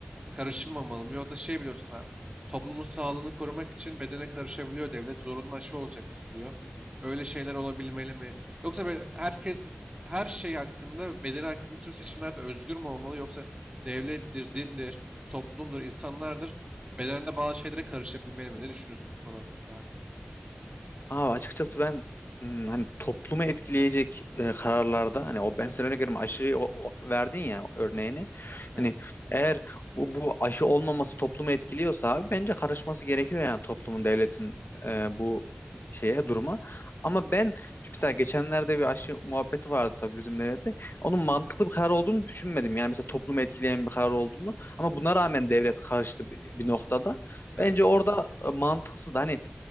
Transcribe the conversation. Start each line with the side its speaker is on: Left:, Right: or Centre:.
Right: karışılmamalı mı? Yok da şey biliyorsun abi. Toplumun sağlığını korumak için bedene karışabiliyor devlet. Zorunlu aşı olacaksın diyor. Öyle şeyler olabilmeli mi? Yoksa böyle herkes her şey hakkında, bedeni hakkında tüm seçimlerde özgür mü olmalı? Yoksa devlettir, dindir, toplumdur, insanlardır. Bedende bazı şeylere karışabilmeli mi? Ne düşünüyorsun bu konu hakkında abi?
Left: Abi açıkçası ben hmm, hani toplumu etkileyecek e, kararlarda hani o ben sen örnek veriyorum aşıyı o- o- verdin ya örneğini.
Right: Evet.
Left: Hani eğer bu bu aşı olmaması toplumu etkiliyorsa abi bence karışması gerekiyor yani toplumun devletin e, bu şeye duruma. Ama ben mesela geçenlerde bir aşı muhabbeti vardı tabii bizim devlette. Onun mantıklı bir karar olduğunu düşünmedim. Yani mesela toplumu etkileyen bir karar olduğunu. Ama buna rağmen devlet karıştı bir, bir noktada.
Right: Evet.
Left: Bence orada e, mantıksız. Hani